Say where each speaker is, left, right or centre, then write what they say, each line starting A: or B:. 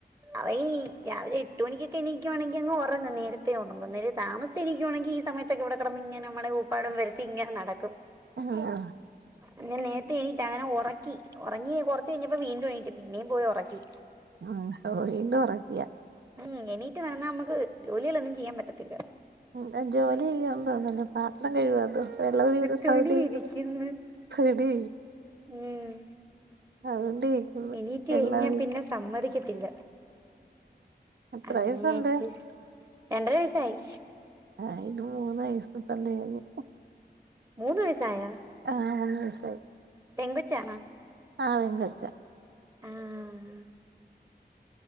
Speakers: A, on the right; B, on the right.
A: അവ ഈ രാവിലെ എട്ട് മണിക്കൊക്കെ എണീക്കുവാണെങ്കി അങ്ങ് ഒറങ്ങും നേരത്തെ ഒറങ്ങും ഇന്നൊരു താമ ശരിക്കുവാണെങ്കി ഈ സമയത്തൊക്കെ ഇവിടെ കിടന്ന് ഇങ്ങെ നമ്മുടെ ഉപ്പാടും വരുത്തി ഇങ്ങനെ നടക്കും
B: ആഏ
A: ങ്ങനെ നേരത്തെ എണീട്ടാ അങ്ങനെ ഉറക്കി ഉറങ്ങി കുറച്ച് കഴിഞ്ഞപ്പോ വീണ്ടും എണീട്ട് പിന്നെയും പോയി ഉറക്കി
B: ആഹ് ഓഹ് വീണ്ടും ഉറക്കിയ
A: ഉം എനീറ്റ് നടന്നാ നമ്മുക്ക് ജോലികളൊന്നും ചെയ്യാൻ പറ്റത്തില്ല
B: ഉം ജോലി ചെയ്യുവന്ന് തോന്നുന്നല്ലോ പാത്രം കഴുവതോ വെള്ളം ഒഴുകുന്ന
A: തുണി
B: സൗണ്ട് കേക്കുന്ന്
A: ഇരിക്കുന്നു
B: കൊടി
A: ഉം
B: സൗണ്ട് കേക്കുന്ന്
A: എണീറ്റ്
B: വെള്ളം
A: കഴിഞ്ഞാ
B: ഒഴുക്കുന്നെ
A: പിന്നെ സമ്മതിക്കത്തില്ല
B: എത്ര
A: അങ്ങനെയച്ച്
B: വയസ്സുണ്ട്
A: രണ്ടര വയസായി
B: ആഹ് ഇത് മൂന്ന് വയസ് ഇപ്പൊ തെകഞ്ഞ്
A: മൂന്ന് വയസായ
B: ആഹ് മൂന്നു വയസ്സായി
A: പെങ്കൊച്ചാണ
B: ആഹ് പെങ്കൊച്ച
A: ആഹ്